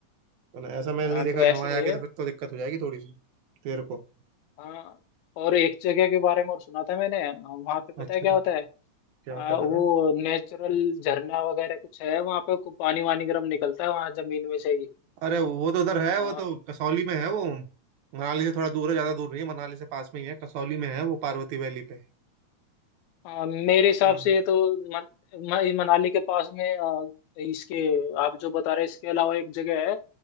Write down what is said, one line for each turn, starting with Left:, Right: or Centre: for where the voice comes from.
Right: वरना ऐसा महल
Left: हाँ
Right: नहीं देखा
Left: तो ऐसे
Right: वहां जाके
Left: है
Right: तो फिर तो दिक्कत हो जाएगी थोड़ी सी तेरे को
Left: हाँ और एक जगह के बारे में और सुना था मैंने वहां पे पता
Right: अच्छा
Left: है क्या होता है
Right: क्या
Left: आ,
Right: होता है
Left: वो
Right: बता
Left: नेचुरल झरना वगैरह कुछ है वहां पे को पानी वानी गर्म निकलता है वहां जमीन में से ही
Right: अरे वो तो उधर है
Left: आ,
Right: वो तो कसौली में है वो मनाली से थोड़ा दूर है ज्यादा दूर नहीं है मनाली से पास में ही है कसौली में है वो पार्वती वैली पे
Left: आ, मेरे हिसाब
Right: हाँ
Left: से ये तो मन, म- मनाली के पास में आ, इसके आप जो बता रहे हैं इसके अलावा एक जगह है